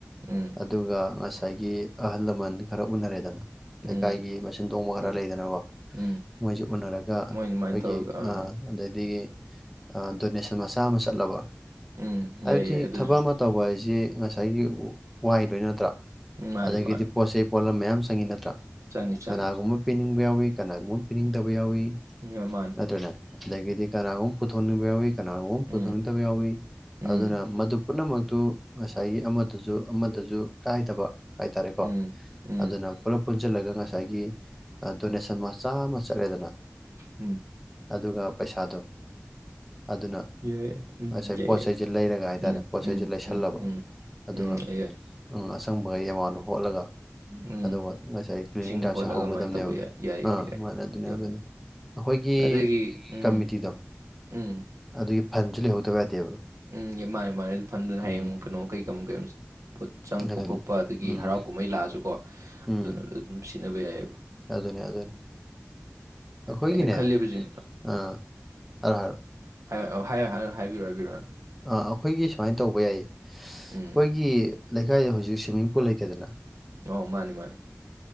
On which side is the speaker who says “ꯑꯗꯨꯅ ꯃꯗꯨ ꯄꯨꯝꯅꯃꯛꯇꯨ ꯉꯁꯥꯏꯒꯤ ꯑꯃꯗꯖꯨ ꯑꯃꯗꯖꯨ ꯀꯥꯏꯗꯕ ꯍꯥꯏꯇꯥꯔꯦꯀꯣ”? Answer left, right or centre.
Centre